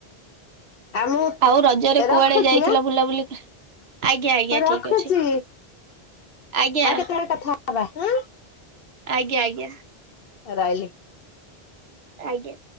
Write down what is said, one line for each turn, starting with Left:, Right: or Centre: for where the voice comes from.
Left: ଆଉ ମୁଁ
Right: ଆଉ ରଜରେ
Left: ରଖୁଛି
Right: କୁଆଡେ ଯାଇଥିଲ
Left: ଆଁ
Right: ବୁଲାବୁଲି ଆଜ୍ଞା ଆଜ୍ଞା
Left: ମୁଁ ରଖୁଛି
Right: ଠିକ ଅଛି। ଆଜ୍ଞା
Left: ଆଉ କେତେବେଳେ କଥା ହବା ଉଁ
Right: ଆଜ୍ଞା ଆଜ୍ଞା
Left: ରହିଲି
Right: ଆଜ୍ଞା